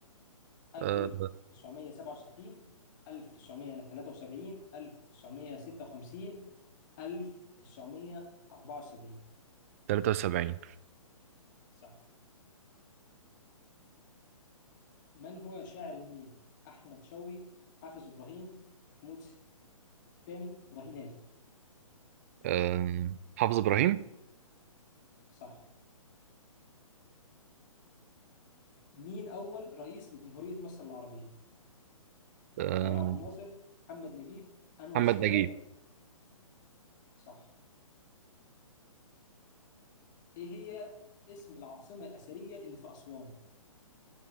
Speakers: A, on the left; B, on the right.
A: 1967
B: آه،
A: 1973 1956 1974
B: 73
A: صح من هو شاعر النيل احمد شوقي حافظ ابراهيم محمود سامي ابراهيم ناجي
B: آه، حافظ إبراهيم
A: صح مين اول رئيس لجمهورية مصر العربية
B: آه،
A: جمال عبد الناصر محمد نجيب انور
B: محمد
A: السادات
B: نجيب
A: صح ايه هي اسم العاصمه الاثريه اللي في اسوان